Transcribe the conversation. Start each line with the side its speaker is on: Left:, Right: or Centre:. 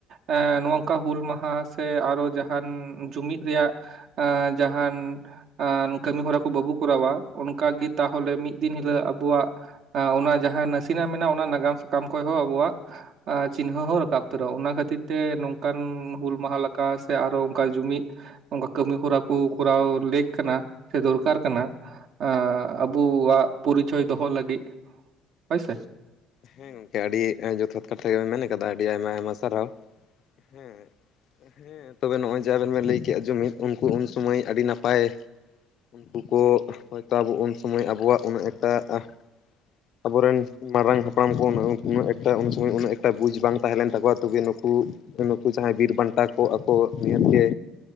Right: ᱮᱸ ᱱᱚᱝᱠᱟ ᱦᱩᱞ ᱢᱟᱦᱟ ᱥᱮ ᱟᱨᱚ ᱡᱟᱦᱟᱱ ᱡᱩᱢᱤᱫ ᱨᱮᱭᱟᱜ ᱟᱸ ᱡᱟᱦᱟᱱ ᱟᱸᱱ ᱠᱟᱹᱢᱤ ᱦᱚᱨᱟ ᱠᱚ ᱵᱟᱵᱚ ᱠᱚᱨᱟᱣᱟ ᱚᱱᱠᱟᱜᱮᱛ ᱛᱟᱦᱚᱞᱮ ᱢᱤᱫ ᱫᱤᱱ ᱦᱤᱞᱳᱜ ᱟᱵᱚᱣᱟᱜ ᱟᱸ ᱚᱱᱟ ᱡᱟᱦᱟᱸ ᱱᱟᱥᱤᱱᱟᱜ ᱢᱮᱱᱟᱜᱼᱟ ᱚᱱᱟ ᱱᱟᱜᱟᱢ ᱥᱟᱠᱟᱢ ᱠᱷᱚᱡ ᱦᱚᱸ ᱟᱵᱚᱣᱟᱜ ᱟᱸ ᱪᱤᱱᱦᱟᱹ ᱦᱚᱸ ᱨᱟᱠᱟᱵ ᱩᱛᱟᱹᱨᱚ-ᱟ᱾ ᱚᱱᱟ ᱠᱷᱟᱹᱛᱤᱨ ᱛᱮ ᱱᱚᱝᱠᱟᱱ ᱦᱩᱞ ᱢᱟᱦᱟ ᱞᱮᱠᱟ ᱥᱮ ᱟᱨᱚ ᱚᱱᱠᱟ ᱡᱩᱢᱤᱫ ᱚᱱᱠᱟ ᱠᱟᱹᱢᱤ ᱦᱚᱨᱟ ᱠᱚ ᱠᱚᱨᱟᱣ ᱞᱮᱠ ᱠᱟᱱᱟ ᱥᱮ ᱫᱚᱨᱠᱟᱨ ᱠᱟᱱᱟ᱾ ᱟᱸ ᱟᱵᱚᱣᱟᱜ ᱯᱚᱨᱤᱪᱚᱭ ᱫᱚᱦᱚ ᱞᱟᱹᱜᱤᱫ, ᱦᱳᱭᱥᱮ᱾
Left: ᱦᱮᱸ ᱜᱚᱝᱠᱮ, ᱟᱹᱰᱤ ᱮᱸ ᱡᱚᱛᱷᱟᱛ ᱠᱟᱛᱷᱟ ᱜᱮᱵᱮᱱ ᱢᱮᱱ ᱠᱟᱫᱟ, ᱟᱹᱰᱤ ᱟᱭᱢᱟ ᱟᱭᱢᱟ ᱥᱟᱨᱦᱟᱣ᱾ᱦᱮᱸ ᱦᱮᱸ ᱛᱚᱵᱮ ᱱᱚᱜᱼᱚᱭ ᱡᱮ ᱟᱵᱮᱱ ᱵᱮᱱ ᱞᱟᱹᱭ ᱠᱮᱜᱼᱟ ᱡᱩᱢᱤᱫ, ᱩᱱᱠᱩ ᱩᱱ ᱥᱚᱢᱚᱭ ᱟᱹᱰᱤ ᱱᱟᱯᱟᱭ ᱩᱱᱠᱩ ᱠᱚ ᱦᱚᱭᱛᱳ ᱟᱵᱚ ᱩᱱ ᱥᱚᱢᱚᱭ ᱟᱵᱚᱣᱟᱜ ᱩᱱᱟᱹᱜ ᱮᱠᱴᱟ ᱟᱦ ᱟᱵᱚᱨᱮᱱ ᱢᱟᱨᱟᱝ ᱦᱟᱯ ᱯᱲᱟᱢ ᱠᱚ ᱩᱱᱟᱹᱜ ᱩᱱᱟᱹᱜ ᱮᱠᱴᱟ, ᱩᱱ ᱥᱚᱢᱚᱭ ᱩᱱᱟᱹᱜ ᱮᱠᱴᱟ ᱵᱩᱡᱽ ᱵᱟᱝ ᱛᱟᱦᱮᱸ ᱞᱮᱱ ᱛᱟᱠᱚᱣᱟ ᱛᱚᱵᱮ ᱱᱩᱠᱩ ᱱᱩᱠᱩ ᱡᱟᱦᱟᱸᱭ ᱵᱤᱨ ᱵᱟᱱᱴᱟ ᱠᱚ ᱟᱠᱚ ᱱᱤᱦᱟᱹᱛ ᱜᱮ